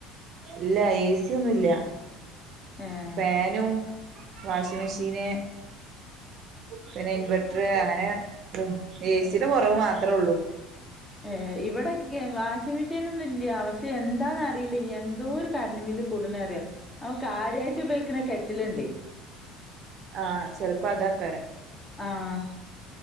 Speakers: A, on the right (about 55°); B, on the left (about 15°).
A: ഇല്ല എസി ഒന്നും ഇല്ല
B: ഏഹ്
A: ഫാനും വാഷിംഗ മെഷീന് പിന്നെ ഇൻവെർട്ടർ അങ്ങനെ എ സിയുടെ കുറവ് മാത്രേ ഉള്ളൂ
B: ഏ ഇവിടെ വാഷിംഗ മെഷീൻൊന്നും ഇല്ല പക്ഷെ എന്താന്നറിയില്ല എന്തോ ഒരു കറണ്ട് ബില്ല് കൂടുന്ന അറിയോ അവക്ക് കാര്യായിട്ട് ഉപയോഗിക്കണ കെറ്റിലുണ്ട്
A: ആഹ ചല്പ്പ അതാ കാര
B: ആഹ